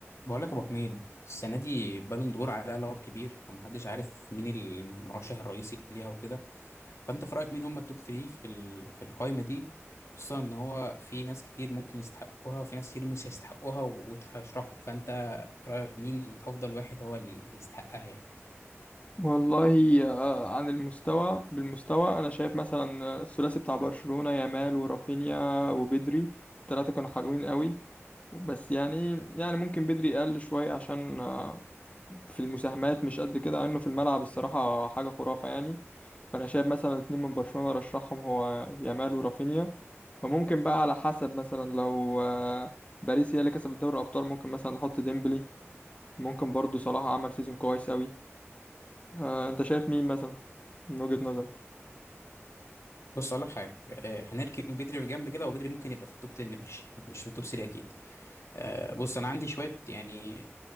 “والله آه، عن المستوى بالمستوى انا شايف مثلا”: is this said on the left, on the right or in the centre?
Left